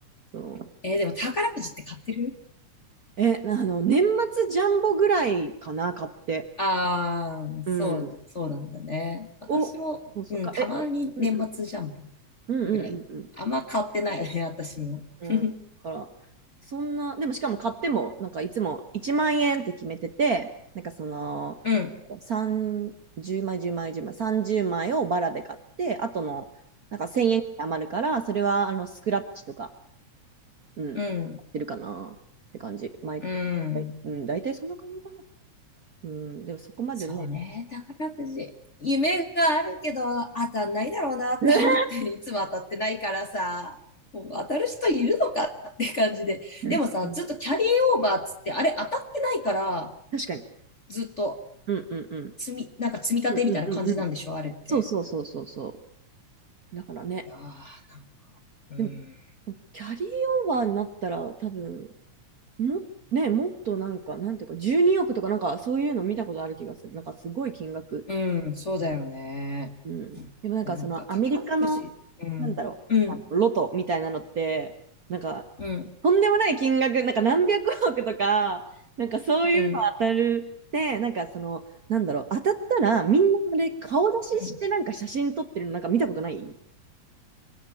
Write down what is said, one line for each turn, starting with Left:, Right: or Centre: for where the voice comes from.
Right: そう。
Left: えーでも宝くじって買ってる
Right: え、なあの、年末ジャンボぐらいかな、買って。
Left: ああー、
Right: うん。
Left: そう、そうなんだね。私も、
Right: を、そうそう、
Left: うん、
Right: か、
Left: たまに年末ジャンプ
Right: え、か、うんうん、うんうんうん
Left: ぐらい。あんま買ってないよね、私も。
Right: うん。
Left: <laughs> うん、
Right: うん。だから、そんな、でもしかも買っても、なんかいつも1万円って決めてて、なんかその、
Left: うん、
Right: 3、10枚、10枚、10枚、30枚をバラで買って、あとの、なんか1000円余るから、それはあのスクラッチとかうん、
Left: うん、
Right: 出るかなって感じ。毎はいうん、
Left: うん。
Right: 大体そんな感じかな。うん、でもそこまでね。
Left: そうね、宝くじ。夢があるけど当たんないだろうなと思って、
Right: <laughs> 確
Left: <laughs> いつも当たってないからさ、もう当たる人いるのかって感じで。
Right: かに。
Left: でもさ、ずっとキャリーオーバーっつって、あれ当たってないから、
Right: 確かに。
Left: ずっと
Right: うんうんうん。
Left: 積み、なんか積み立てみたいな感じなんでしょ、
Right: うんうんうんうん。
Left: あれって。
Right: そうそうそうそうそう。だからね。
Left: いやー、なうん。
Right: でも、キャリーオーバーになったら多分、も、ね、もっとなんか、なんていうか、12億とかなんかそういうの見たことある気がする。なんかすごい金額。
Left: うん、そうだよね。
Right: うん。でもなんかそのアメリカの、
Left: でなんか宝くじ。うん、
Right: なんだろう、
Left: うん、
Right: ロトみたいなのって、なんか
Left: うん、
Right: とんでもない金額、なんか何百億とか、なんかそういうの当たる。
Left: うん、
Right: で、なんかその、なんだろう、当たったらみんなで顔出ししてなんか写真撮ってるのなんか見たことない
Left: うん。